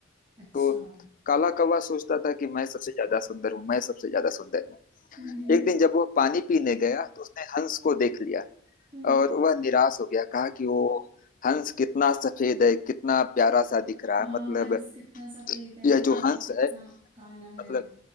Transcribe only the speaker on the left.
तो
काला कौवा सोचता था कि मैं सबसे ज्यादा सुंदर हूँ मैं सबसे ज्यादा सुंदर हूँ
एक दिन जब वो पानी पीने गया तो उसने हंस को देख लिया
और वह निराश हो गया कहा कि वो हंस कितना सफेद है कितना प्यारा सा दिख रहा
है मतलब
यह जो
हंस
है
मतलब